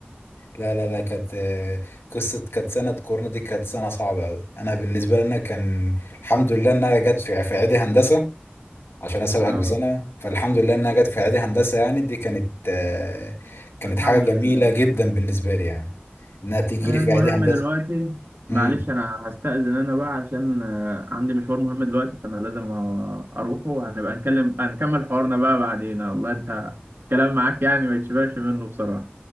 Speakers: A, on the left; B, on the right.
A: لا لا لا كانت آه، قصه كانت سنه كورونا دي كانت سنه صعبه قوي انا بالنسبه لي انا كان الحمد لله انها جت في في اعدادي هندسه عشان اسابقك
B: اه
A: بسنه فالحمد لله انها جت في اعدادي هندسه يعني دي كانت آه، كانت
B: الحمد
A: حاجه جميله
B: لله
A: جدا بالنسبه لي يعني انها تيجي
B: آه،
A: لي في
B: المهم
A: اعدادي هندسه
B: دلوقتي
A: امم
B: معلش انا هستأذن انا بقى عشان آه، عندي مشوار مهم دلوقتي فانا لازم آه، اروحه وهنبقى نكلم هنكمل حوارنا بقى بعدين والله انت كلام معاك يعني ما يتشبعش منه بصراحة